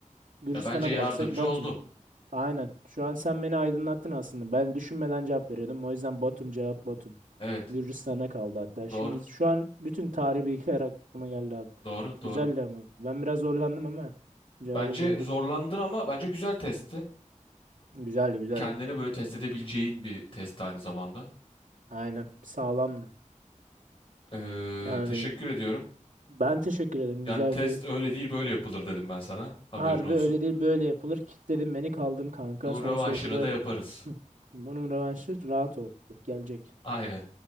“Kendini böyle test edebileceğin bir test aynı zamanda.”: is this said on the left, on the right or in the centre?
Left